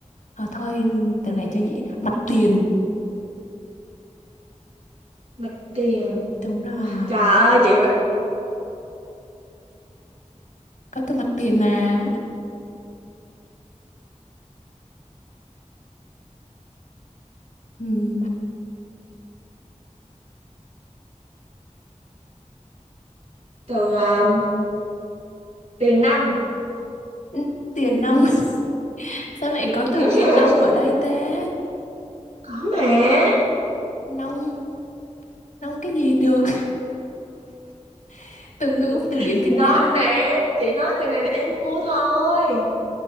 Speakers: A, on the left (about 85°); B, on the right (about 60°).
A: à, thôi từ này cho dễ mặt tiền
B: Mặt tiền.
A: đúng rồi
B: Trời ơi, chịu nè.
A: có từ mặt tiền mà ừ, mặt
B: Từ ờ, tiền nông.
A: ừ, tiền nong <laughs> sao lại có
B: <laughs>
A: từ tiền nong ở đây ta
B: Có mà.
A: nong nong cái gì được <laughs> từ ngữ từ điển Việt
B: Chị nói
A: Nam
B: mà. Chị nói từ này là em thua thôi.